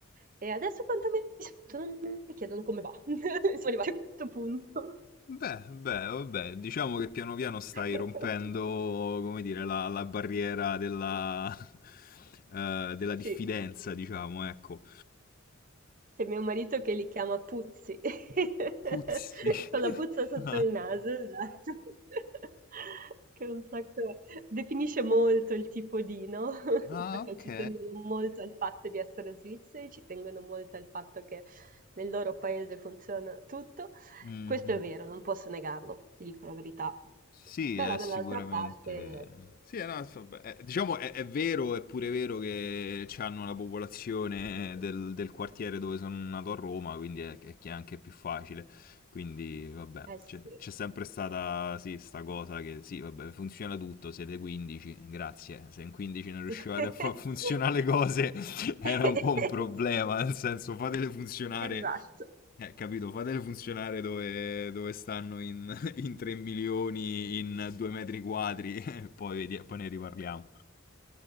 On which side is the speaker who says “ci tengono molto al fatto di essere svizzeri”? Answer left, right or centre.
Right